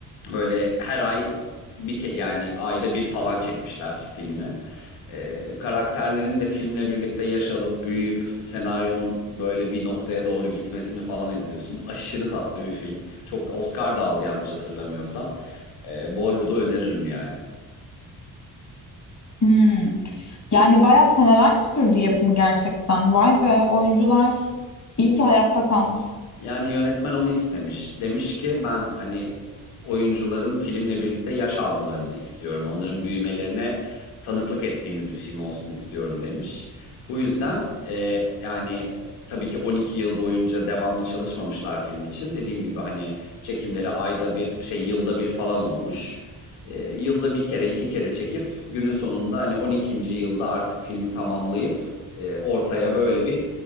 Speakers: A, on the left (about 75°); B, on the left (about 35°).
A: Böyle her ay bir ke yani ayda bir falan çekmişler filmi. Ee, karakterlerin de filmle birlikte yaş alıp büyüyüp senaryonun böyle bir noktaya doğru gitmesini falan izliyorsun. Aşırı tatlı bir film. Çok Oscar da aldı yanlış hatırlamıyorsam. Ee, Boyhood'u öneririm yani.
B: Hmm. Yani bayağı seneler mi sürdü yapımı gerçekten? Vay be oyuncular iyi ki hayatta kalmış.
A: Yani yönetmen onu istemiş. Demiş ki ben hani oyuncuların filmle birlikte yaş almalarını istiyorum. Onların büyümelerine tanıklık ettiğimiz bir film olsun istiyorum demiş. Bu yüzden e, yani tabii ki 12 yıl boyunca devamlı çalışmamışlar film için. Dediğim gibi hani çekimleri ayda bir şey yılda bir falan olmuş. E, yılda bir kere iki kere çekip günün sonunda hani 12. yılda artık filmi tamamlayıp e, ortaya böyle bir